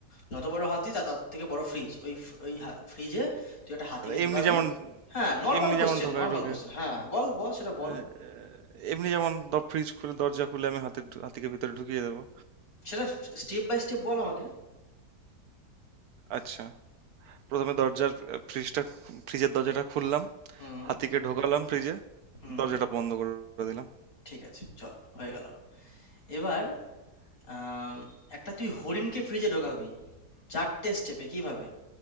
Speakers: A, on the left (about 55°); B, on the right (about 70°).
A: যত বড় হাতি তা তার থেকে বড় ফ্রিজ। ওই ফ ওই হা ফ্রিজে তুই একটা হাতিকে ঢোকাবি।
B: এমনি যেমন
A: হ্যাঁ, নরমাল
B: এমনি
A: কোয়েশ্চেন,
B: যেমন ঢোকায়
A: নরমাল
B: ঢোকে
A: কোয়েশ্চেন। হ্যাঁ, বল, বল সেটা বল।
B: আহ, এমনি যেমন ফ্রিজ খুলে দরজা খুলে আমি হাতির হাতিকে ভিতরে ঢুকিয়ে দেবো
A: সেটা স্টেপ বাই স্টেপ বল আমাকে।
B: আচ্ছা প্রথমে দরজার ফ্রিজটা ফ্রিজের দরজাটা খুললাম
A: হুম,
B: হাতিকে ঢোকালাম ফ্রিজে
A: হুম।
B: দরজাটা বন্ধ করে দিলাম
A: ঠিক আছে, চল হয়ে গেল। এবার আম, একটা তুই হরিণকে ফ্রিজে ঢোকাবি চারটে স্টেপে কিভাবে